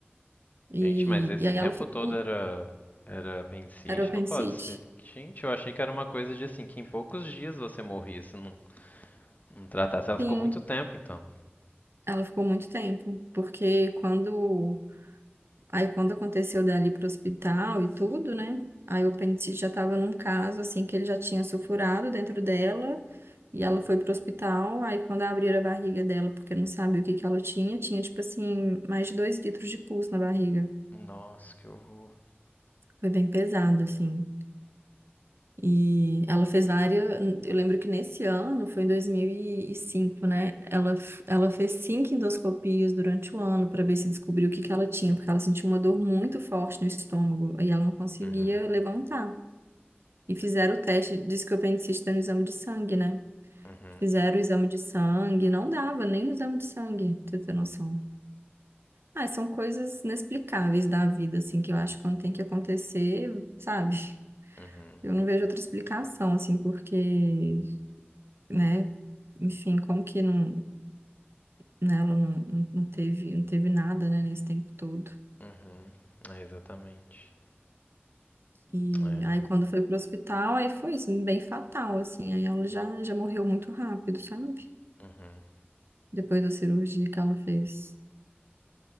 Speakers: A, on the right; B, on the left.
A: E,
B: Gente, mas esse
A: e aí
B: tempo
A: ela ficou...
B: todo era era apendicite?
A: Era o apendicite?
B: Não pode ser. Gente, eu achei que era uma coisa de assim, que em poucos dias você morria, se não Não tratasse. Ela
A: Sim,
B: ficou muito tempo, então.
A: ela ficou muito tempo, porque quando Aí quando aconteceu dali pro hospital e tudo, né? Aí o apendicite já tava num caso assim que ele já tinha sulfurado dentro dela e ela foi pro hospital. Aí quando abriram a barriga dela, porque não sabia o que que ela tinha, tinha tipo assim mais de dois litros de pus na barriga.
B: Nossa, que horror.
A: Foi bem pesado assim. E ela fez várias. Eu lembro que nesse ano, foi em 2005, né? Ela, f- ela fez cinco endoscopias durante o ano para ver se descobriu o que que ela tinha, porque ela sentiu uma dor muito forte no estômago e ela não conseguia
B: Uhum,
A: levantar. E fizeram o teste, disse que o apendicite está no exame de sangue, né?
B: uhum,
A: Fizeram o exame de sangue, não dava nem no exame de sangue, pra você ter noção. Ah, são coisas inexplicáveis da vida, assim, que eu acho que quando tem que acontecer, sabe?
B: uhum,
A: Eu não vejo outra explicação, assim, porque né? Enfim, como que não, né, ela não, não não teve, não teve nada, né, nesse tempo todo.
B: uhum. É, exatamente.
A: E
B: É,
A: aí quando foi pro hospital, aí foi isso, bem fatal, assim. Aí ela já, já morreu muito rápido, sabe?
B: uhum,
A: Depois da cirurgia que ela fez.